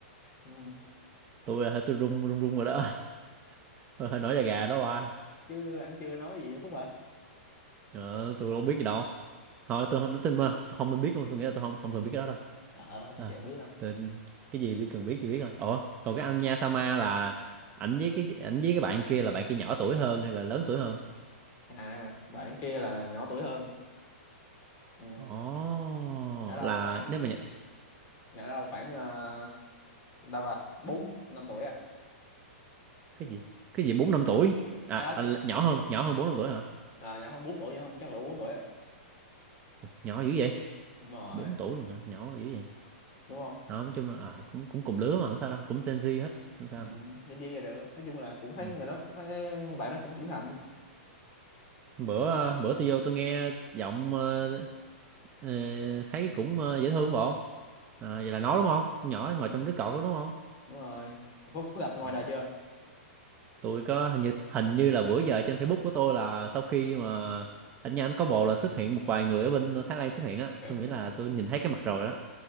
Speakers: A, on the left; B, on the right.
A: ừ.
B: Tôi là tôi run run run rồi đó. <laughs> Hơi, hơi nổi da gà đó ba.
A: chứ ảnh chưa nói gì á Phúc hả
B: Ờ, tôi đâu biết gì đâu. Thôi tôi không tôi, mà tôi không biết luôn, tôi nghĩ là tôi không không thường biết cái đó đâu.
A: ờ
B: À,
A: chưa biết đâu
B: tôi, cái gì biết cần biết thì biết thôi. Ủa, còn cái anh Nha Sama là ảnh với cái ảnh với cái bạn kia là bạn kia nhỏ tuổi hơn hay là lớn tuổi hơn?
A: à bạn kia là nhỏ tuổi hơn ừ.
B: Ồ,
A: nhỏ đâu
B: là
A: khoảng
B: nếu mà nh-
A: nhỏ đâu khoảng ờ, đâu rồi bốn năm tuổi à
B: cái gì? Cái gì 4 5 tuổi? À,
A: à đâu
B: à nhỏ hơn, nhỏ hơn 4 5 tuổi hả?
A: à, nhỏ hơn 4 tuổi nhỏ hơn chắc là bốn tuổi á
B: Nhỏ dữ vậy?
A: đúng rồi
B: bốn tuổi luôn hả nhỏ dữ vậy
A: đúng không
B: Ờ, nói chung là à, cũng cũng cùng lứa mà không sao đâu cũng Gen Z hết không sao
A: Ừ, Nhân viên là được nói chung là cũng thấy
B: ừ.
A: người đó ấy, bạn nó cũng trưởng thành
B: bữa ờ, bữa tôi vô tôi nghe giọng ờ, ờ, thấy cũng ờ, dễ thương bộ à, vậy là nó đúng không Con nhỏ
A: ừ,
B: ngồi trong đứa cọt đó đúng không
A: đúng rồi Phúc, Phúc gặp ngoài
B: Ờ,
A: đời chưa
B: tôi có hình như hình như là bữa giờ trên Facebook của tôi là sau khi mà anh nha anh có bồ là xuất hiện một vài người ở bên Thái Lan xuất hiện á
A: <laughs>
B: tôi nghĩ là tôi nhìn thấy cái mặt rồi đó